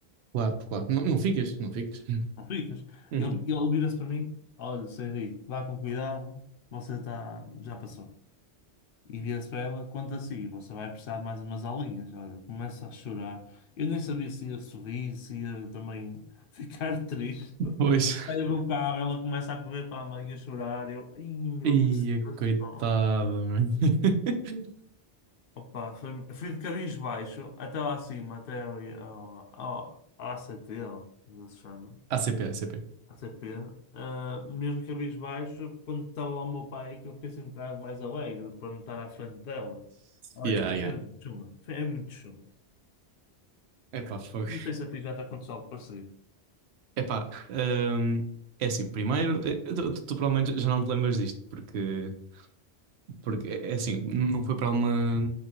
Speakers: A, on the right (about 75°); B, on the left (about 65°).
A: Claro, claro. Não, não ficas, não ficas.
B: Não ficas?
A: Uhum.
B: Ele, ele vira-se para mim, olha, seu Henrique, vá com cuidado, você está, já passou. E vira-se para ela, conta assim, você vai precisar de mais umas aulinhas. Olha, começa a chorar. Eu nem sabia se ia sorrir, se ia também <laughs> ficar triste.
A: Pois.
B: Saio do carro, ela começa a correr para a mãe a chorar. Eu, ai meu,
A: Ia,
B: que situação.
A: coitado, mano. <laughs>
B: Opa, foi- fui de cabisbaixo até lá acima, até ali ao, ao, ao ACT, como ele se chama.
A: ACP, ACP.
B: ATP. Ah, mesmo cabisbaixo, quando estava lá o meu pai, é que eu fiquei assim um bocado mais alegre para não estar à frente dela. Olha,
A: Yeah,
B: mas
A: yeah.
B: foi muito chunga. Foi- É muito chunga.
A: Epá, fogo.
B: Não sei se a ti já te aconteceu algo parecido.
A: Epá, hum, é assim, primeiro, eh, tu, tu- tu provavelmente já não te lembras disto, porque, porque é é assim, não foi para uma,